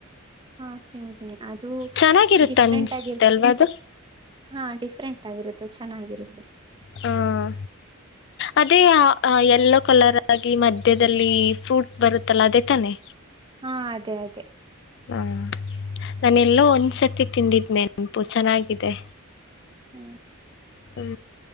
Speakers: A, on the right; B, on the left.
A: ಹಾ ತಿಂತೀನಿ ಅದು
B: ಚೆನ್ನಾಗಿರುತ್ತ
A: ಡಿಫ್ರೆಂಟಾಗಿರುತ್ತೆ.
B: ಅನ್ಸ್ತಲ್ವಾ ಅದು
A: ಹಾ ಡಿಫ್ರೆಂಟ್ ಆಗಿರುತ್ತೆ ಚೆನ್ನಾಗಿರುತ್ತೆ.
B: ಹ ಅದೇ ಎಲ್ಲೋ ಕಲರ್ ಆಗಿ ಮಧ್ಯದಲ್ಲಿ ಫ್ರೂಟ್ ಬರುತ್ತಲ್ಲ ಅದೇ ತಾನೆ
A: ಹಾ ಅದೇ ಅದೇ
B: ಹ ನಾನ ಎಲ್ಲೋ ಒಂದ್ಸತಿ
A: ಹ್ಮ್
B: ತಿಂದಿದ್ದ ನೆನ ಗುಂಪು ಚೆನ್ನಾಗಿದೆ.
A: ಹ್ಮ
B: ಹ್ಮ